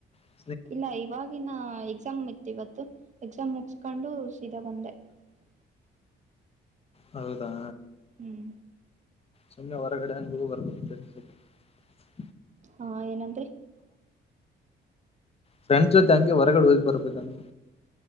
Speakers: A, on the left; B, on the right.
A: <unintelligible>
B: ಇಲ್ಲ ಇವಾಗಿನ ಎಕ್ಸಾಮ್ ಇತ್ ಇವತ್ತು ಎಕ್ಸಾಮ್ ಮುಗಸ್ಕೊಂಡು ಚಿದಗೊಂಡೆ <unintelligible>
A: ಹೌದಾ
B: ಹ್ಮ್
A: ಸುಮ್ಮನೆ ಹೊರಗಡೆ ಅನುಭವ ಬರ್ಬೇಕಂಡಸ <unintelligible>
B: ಹಾ ಏನನ್ರಿ
A: ಫ್ರೆಂಡ್ಸ್ ಜೊತೆ ಹಂಗೆ ಹೊರಗಡೆ ಹೋಗ್ ಬರ್ಬೇಕಮ